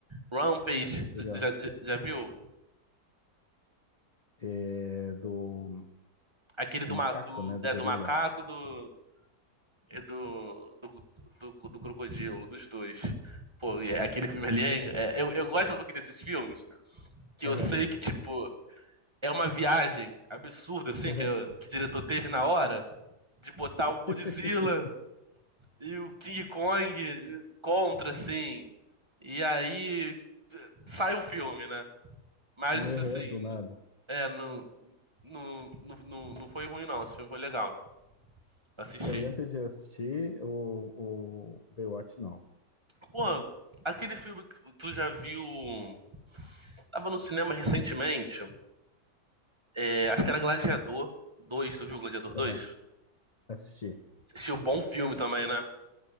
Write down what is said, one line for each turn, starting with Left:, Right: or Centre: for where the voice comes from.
Right: Rampage, tu
Left: Legal.
Right: já, já- viu?
Left: É do,
Right: Aquele
Left: do
Right: do,
Left: macaco,
Right: ma- do,
Left: né? Do
Right: é,
Left: gorila.
Right: do macaco do, e do, do, do, do crocodilo, dos dois. Pô, e aquele filme ali, é, é- eu, eu gosto um pouquinho desses filmes, que
Left: Aham,
Right: eu sei que, tipo, é uma viagem absurda, assim,
Left: aham.
Right: que, eu- que o diretor teve na hora, de botar o Godzilla
Left: <laughs>
Right: e o King Kong contra, assim, e aí eh, sai um filme, né? Mas,
Left: Aham,
Right: assim,
Left: do nada.
Right: é, não, Não, não, não, não foi ruim, não. Esse filme foi legal. Assisti.
Left: Eu, Rampage eu assisti, o, o Baywatch não.
Right: Pô, aquele filme que tu já viu. Tava no cinema recentemente. é, acho que era Gladiador dois Tu viu Gladiador
Left: Aham,
Right: 2?
Left: assisti.
Right: Assistiu bom filme também, né?